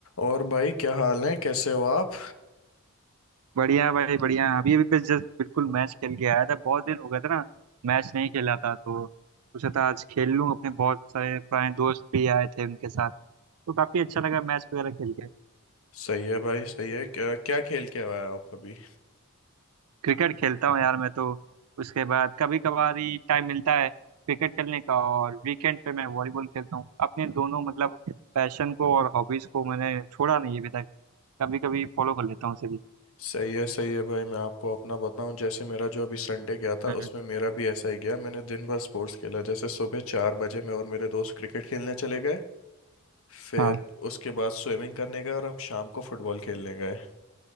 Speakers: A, on the left; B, on the right.
A: और भाई क्या हाल है कैसे हो आप
B: बढ़िया भाई बढ़िया अभी अभी बस जस्ट बिल्कुल मैच खेल के आया था बहुत दिन हो गया था ना मैच नहीं खेला था तो सोचा था आज खेल लूँ अपने बहुत सारे पुराने दोस्त भी आए थे उनके साथ तो काफी अच्छा लगा मैच वगैरह खेल के
A: सही है भाई सही है क्या क्या खेल के आया आप अभी
B: क्रिकेट खेलता हूँ यार मैं तो उसके बाद कभी कभार ही टाइम मिलता है क्रिकेट खेलने का और वीकेंड पे मैं वॉलीबॉल खेलता हूँ अपने दोनों मतलब पैशन को और हॉबीज को मैंने छोड़ा नहीं अभी तक कभी कभी फॉलो कर लेता हूँ उसे भी
A: सही है सही है भाई मैं आपको अपना बताऊं जैसे मेरा जो अभी संडे गया था
B: हम्म
A: उसमें मेरा भी ऐसा ही गया मैंने दिन भर स्पोर्ट्स खेला जैसे सुबह चार बजे मैं और मेरे दोस्त क्रिकेट खेलने चले गए फिर
B: हाँ
A: उसके बाद स्विमिंग करने गए और हम शाम को फुटबॉल खेलने गए